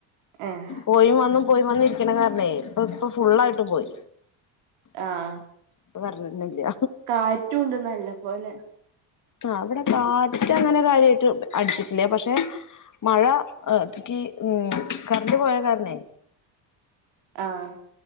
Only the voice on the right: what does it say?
ഏഹ്
ആഹ്
കാറ്റുണ്ട് നല്ലപോലെ
ആഹ്